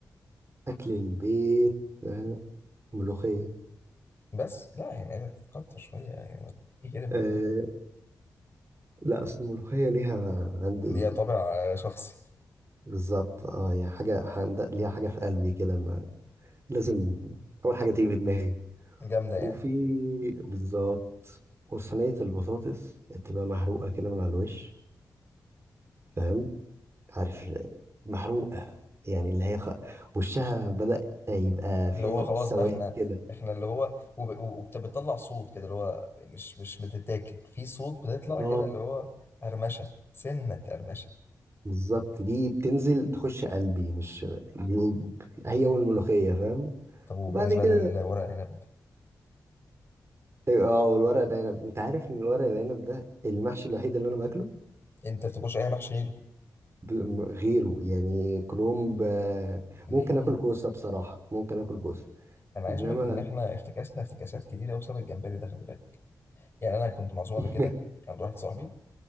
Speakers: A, on the right; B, on the left.
A: اكل البيت آه. ملوخيه
B: بس لا يعني عايزك تكتر شويه يعني مثلا ايه كده ملوخيه
A: آه. لا اصل الملوخيه ليها عندي
B: دي طابع آه، شخصي
A: بالظبط اه يعني حاجه عند- ليها حاجه في قلبي كده ما- لازم اول حاجه تيجي في دماغي
B: جامده يعني
A: وفي بالظبط وصينيه البطاطس تبقى محروقه كده من على الوش فاهم عارف محروقة يعني اللي هي خ... وشها بدأ يبقى فيها
B: اللي هو خلاص
A: سواد
B: بقى احنا
A: كده
B: احنا اللي هو وبتطلع صوت كده اللي هو مش مش بتتاكل في صوت بتطلع
A: اه
B: كده اللي هو قرمشه سنه قرمشه
A: بالظبط دي بتنزل تخش قلبي مش دي هي والملوخية فاهم
B: طب وبالنسبه
A: وبعد كده
B: للورق العنب
A: أيوة، اه والورق العنب انت عارف ان الورق العنب ده المحشي الوحيد اللي انا باكله
B: انت بتاكلش اي محشي غيره
A: ب- م- غيره يعني كرومب آه،
B: ليه
A: ممكن
B: ليه
A: اكل كوسة بصراحة ممكن اكل كوسة
B: انا عايز
A: انما
B: اقول لك ان احنا افتكاسنا افتكاسات كتيره بسبب الجمبري ده خلي بالك يعني انا كنت معزوم
A: <laughs>
B: قبل كده عند واحد صاحبي